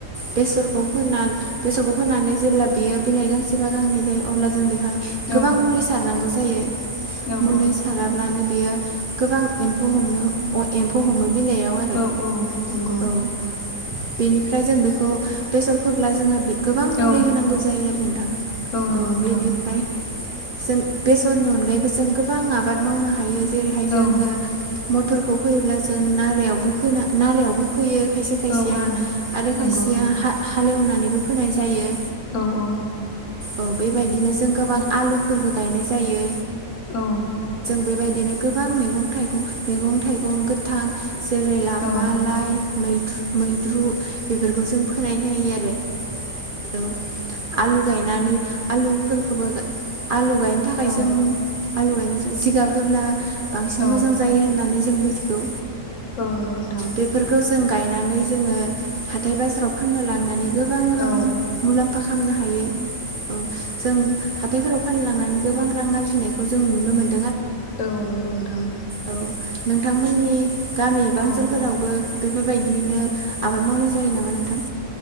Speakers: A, on the right; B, on the left.
A: बेसरखौ फोना-बेसरखौ फोननानै जेब्ला बियो बिलाइ गांसेबा गांनै जायो अब्ला। जों बेहाय
B: औ
A: गोबां मुलि सारनांगौ। जायो
B: औ
A: मुलि साराब्लानो बियो गोबां एम्फौ हमनो अर एम्फौ हमो। बिलाइयाव आरो
B: औ-औ नंगौ।
A: औ बेनिफ्राय जों बेखौ बेसर फोब्ला जोंहा। गोबां मुलि
B: औ
A: होनांगौ जायो आरो नोंथां
B: नंगौ
A: औ
B: नोंथां
A: बेनिफ्राय। जों बेसरनि अनगायैबो जों गोबां आबाद मावनो हायो जेरैहाय
B: औ
A: जोङो। मटरखौ फैयोब्ला जों नारायावबो फोना नारायावबो फोयो। खायसे-खायसेया
B: औ औ
A: आरो
B: नंगौ
A: खायसेया हा-हालेवनानैबो फोनाय जायो।
B: औ-औ।
A: औ बेबायदिनो जों गोबां आलुफोरबो गायनाय जायो।
B: औ।
A: बेबायदिनो गोबां मैगं-थाइगं-मैगं-थाइगं गोथां जेरै लाफा-लाइ।
B: औ
A: मैु-मैद्रु बेफोरखौ जों फोनाय जायो आरो। औ आलु गायनानै आलुफोरखौबो। आलु गायनो थाखाय
B: औ
A: जों आलु गायनो जिगाब होब्ला बांसिन
B: औ
A: मोजां जायो होननानै जों। मिथिगौ
B: औ नंगौ नोंथां।
A: बेफोरखौ जों गायनानै जोङो हाथाइ-बाजाराव फाननो लांनानै गोबां रां
B: औ
A: मुलाम्फा खा। लामनो हायो। औ जों हा। हाथाइफोराव फाननो लांनानै गोबां रां आरजिनायखौ जों नुनो मोनो।
B: औ नंगौ नोंथां।
A: औ नोंथांमोननि गामि एबा
B: औ
A: ओनसोलफोरावबो। बेफोरबायदियैनो आबाद मावनाय जायो नामा नोंथां?